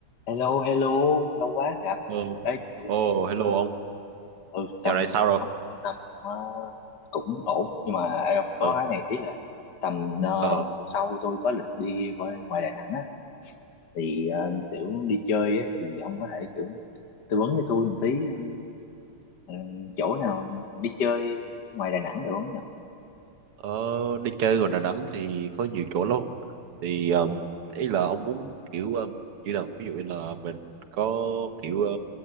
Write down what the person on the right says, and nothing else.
Ờ.
Ồ, hello
ông.
Dạo này sao rồi?
Ờ,
ờ,
ở đi chơi ngoài Đà Nẵng thì có nhiều chỗ lắm. Thì um, ý là ông muốn kiểu um, như nào? Ví dụ như là mình có kiểu ờ,